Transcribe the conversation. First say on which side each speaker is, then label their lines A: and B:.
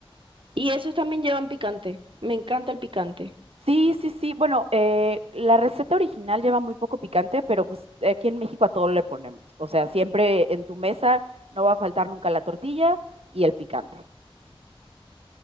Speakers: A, on the right; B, on the right.
A: Y esos también llevan picante. Me encanta el picante.
B: Sí, sí, sí, bueno, eh, la receta original lleva muy poco picante, pero pues aquí en México a todo le ponemos, o sea, siempre en tu mesa no va a faltar nunca la tortilla y el picante.